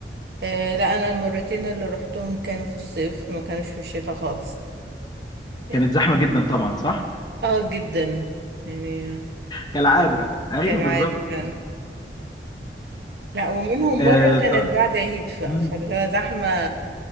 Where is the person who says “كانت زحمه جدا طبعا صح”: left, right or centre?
Left